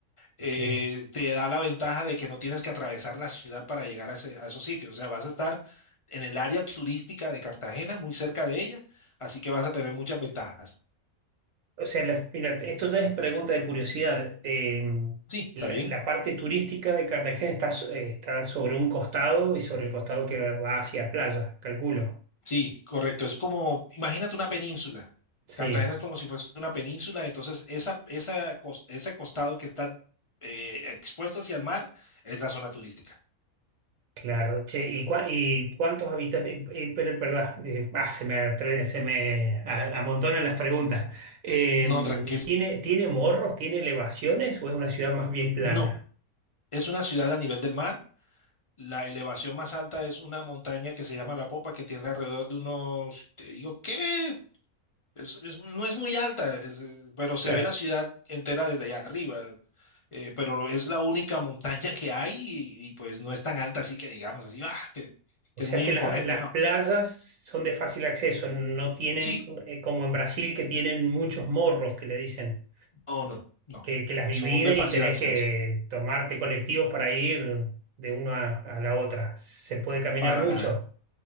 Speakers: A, on the left (about 45°); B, on the right (about 70°).
A: eh,
B: Sí.
A: te da la ventaja de que no tienes que atravesar la ciudad para llegar a, ese- a esos sitios. O sea, vas a estar en el área turística de Cartagena, muy cerca de ella, así que vas a tener muchas ventajas.
B: O sea, las- mira, esto ya es pregunta de curiosidad. Eh,
A: Sí, está
B: la,
A: bien.
B: la parte turística de Cartagena está, so- eh, está sobre un costado y sobre el costado que va hacia playa, calculo.
A: Sí, correcto. Es como, imagínate una península.
B: Sí.
A: Cartagena es como si fuese una península, entonces esa, esa, cos- ese costado que está eh, expuesto hacia el mar es la zona turística.
B: Claro, che, ¿y, cua- y cuántos habitantes? y- pero, perdón, eh, ah, se me, atre- se me a- amontonan las preguntas. Eh,
A: No, tranquilo.
B: ¿tiene, tiene morros? ¿Tiene elevaciones? ¿O es una ciudad más bien plana?
A: No, es una ciudad a nivel del mar, La elevación más alta es una montaña que se llama La Popa, que tiene alrededor de unos, te digo, ¿qué? Es- es- no es muy alta, es, eh, pero se
B: Claro.
A: ve la ciudad entera desde allá arriba. Eh, pero es la única montaña que hay y, y, pues no es tan alta, así que digamos así, ¡ah! que,
B: O
A: que
B: sea
A: es muy
B: que
A: imponente,
B: las, las
A: ¿no?
B: playas son de fácil acceso, no tienen,
A: Sí,
B: eh, como en Brasil, que tienen muchos morros que le dicen,
A: no, no, no.
B: que, que las dividen
A: Son de fácil
B: y tenés
A: acceso,
B: que tomarte colectivos para ir de una a la otra. Se puede caminar
A: para
B: mucho.
A: nada.